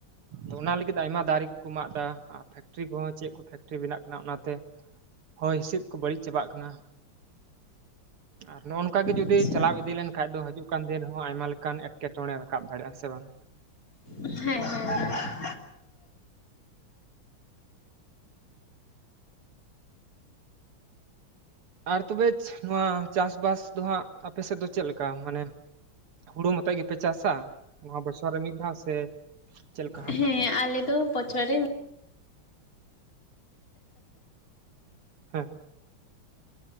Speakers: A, on the right; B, on the left.
A: ᱫᱚ ᱚᱱᱟ ᱞᱟᱹᱜᱤᱫ ᱟᱭᱢᱟ ᱫᱟᱨᱮ ᱠᱚ ᱠᱚ ᱢᱟᱜ ᱫᱟ ᱨᱟ ᱯᱷᱮᱠ ᱴᱨᱤ ᱠᱚ ᱦᱚᱸ ᱪᱮᱫ ᱠᱚ ᱯᱷᱮᱠ ᱴᱨᱤ ᱵᱮᱱᱟᱜ ᱠᱟᱱᱟ ᱚᱱᱟ ᱛᱮ ᱦᱚᱭ ᱦᱤᱸᱥᱤᱫ ᱠᱚ ᱵᱟᱹᱲᱤᱡ ᱪᱟᱵᱟᱜ ᱠᱟᱱᱟ᱾ ᱟᱨ ᱱᱚᱼᱚ ᱱᱚᱝᱠᱟ ᱜᱮ ᱡᱩᱫᱤ
B: ᱟᱪᱪᱷᱟ
A: ᱪᱟᱞᱟᱣ ᱤᱫᱤ ᱞᱮᱱᱟᱡ ᱫᱚ ᱦᱤᱡᱩᱜ ᱠᱟᱱ ᱫᱤᱱᱨᱮᱦᱚᱸ ᱟᱭᱢᱟ ᱞᱮᱠᱟᱱ ᱮᱴᱠᱮ ᱴᱚᱬᱮ ᱨᱟᱠᱟᱵ ᱫᱟᱲᱮᱟᱼᱟ ᱥᱮ ᱵᱟᱝ?
B: ᱦᱮᱸ ᱦᱮᱸᱮ
A: ᱟᱨ ᱛᱚᱵᱮ ᱪᱷᱟ ᱱᱚᱣᱟ ᱪᱟᱥᱵᱟᱥ ᱫᱚ ᱦᱟᱸᱜ ᱟᱯᱮ ᱥᱮᱫ ᱫᱚ ᱪᱮᱫ ᱞᱮᱠᱟ ᱢᱟᱱᱮ? ᱦᱩᱲᱩ ᱢᱚᱛᱚᱭ ᱜᱮᱯᱮ ᱪᱟᱥᱟ ᱱᱚᱣᱟ ᱵᱚᱪᱷᱚᱨ ᱨᱮ ᱢᱤᱫ ᱫᱷᱟᱣ ᱥᱮ? ᱪᱮᱫ ᱞᱮᱠᱟ ᱦᱟᱸᱜ
B: ᱦᱮᱸ ᱟᱞᱮ ᱫᱚ ᱵᱚᱪᱷᱚᱨ ᱨᱮ ᱢᱤᱼᱼ
A: ᱦᱮᱸ